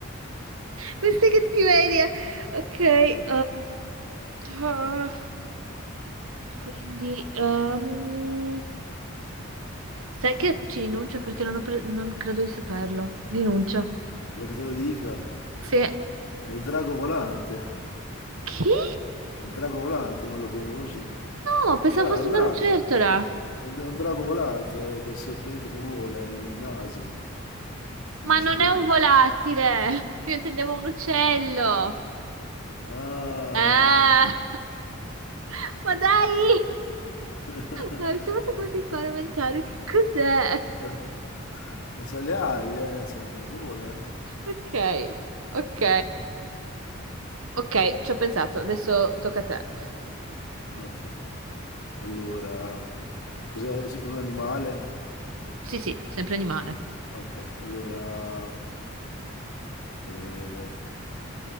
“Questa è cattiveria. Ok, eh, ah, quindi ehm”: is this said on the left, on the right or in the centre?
Right